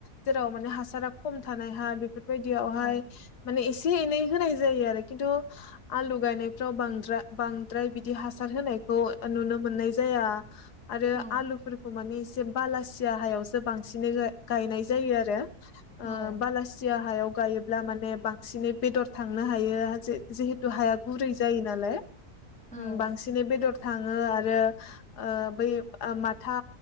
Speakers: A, on the left (about 85°); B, in the centre.
A: जेराव माने हासारा खम थानाय हा बे बेफोरबायदियावहाय
B: औ
A: माने एसे एसे एनै होनाय जायो आरो खिन्थु आलु गायनायफ्राव बां बांद्राय बिदि हासार होनायखौ नुनो मोननाय जाया आरो
B: औ
A: आलुफोरखौ माने एसे एसे बालासिया हायावसो बांसिनै गा गायनाय जायो आरो
B: औ
A: ओ बालासि हायाव गायोब्ला माने बांसिनै बेदर थांनो हायो हाजो जिहेथु हाया गुरै जायो नालाय
B: औ
A: ओ बांसिनै बेदर थाङो आरो ओ बै माथा